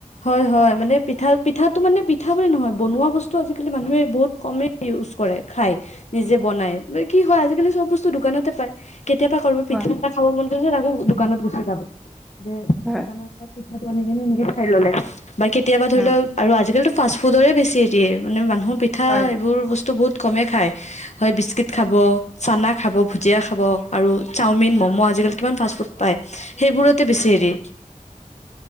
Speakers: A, on the left (about 55°); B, in the centre.
A: হয়, হয় মানে পিঠা পিঠাটো মানে পিঠা বুলি নহয়, বনোৱা বস্তু আজিকালি মানুহে বহুত কমে ইউজ কৰে খায়। নিজে বনাই কি হয় আজিকালি চব বস্তু দোকানতে পাই কেতিয়াবা কাৰোবাৰ পিঠা
B: হয়
A: খাব মন কৰিছে তাকো দোকানত গুচি যাব যে
B: হয়
A: দোকানৰ পৰা পিঠাটো আনি কেনে এনেকে ললে বা কেতিয়াবা ধৰি
B: হয়
A: লও আৰু আজিকালো ফাষ্ট ফুডৰে বেছি দিয়ে মানে মানুহ পি পিঠা
B: হয়
A: এইবোৰ বস্তু বহুত কমেই খায়। হয়, বিস্কুট খাব চানা খাব ভুজিয়া খাব আৰু চাওমিন ম'ম' আজিকালি কিমান ফাষ্ট ফুড পায়। সেইবোৰতে বেছি হেৰি